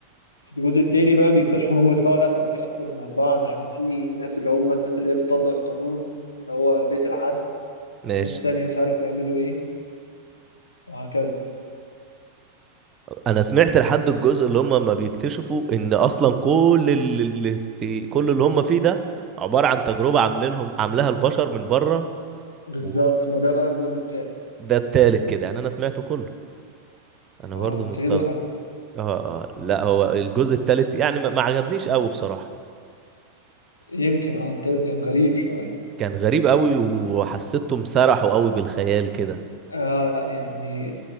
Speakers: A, on the left (about 75°); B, on the right (about 25°).
A: في الجزء التاني بقى بيكتشفوا ان هم يطلعوا لا ده في اكتر من اربعة ده احنا في ناس اللي هم الناس اللي هي بتطبق القانون اللي هو بيت العدل
B: ماشي
A: ناس تانية مش عارف بيعملوا ايه وهكذا
B: انا سمعت لحد الجزء اللي هم ما بيكتشفوا ان اصلا كل اللي اللي في كل اللي هم فيه ده عبارة عن تجربة عاملينهم عاملاها البشر من بره
A: بالظبط
B: وده
A: ما ده بقى الجزء التالت
B: التالت كده يعني انا سمعته كله انا
A: اه
B: برضه
A: انت
B: مستغرب
A: كده خلاص.
B: اه اه لا هو الجزء التالت يعني ما ما عجبنيش قوي بصراحة
A: يمكن اه التالت كان غريب شوية
B: كان غريب قوي وحسيتهم سرحوا قوي بالخيال كده
A: اه لا يعني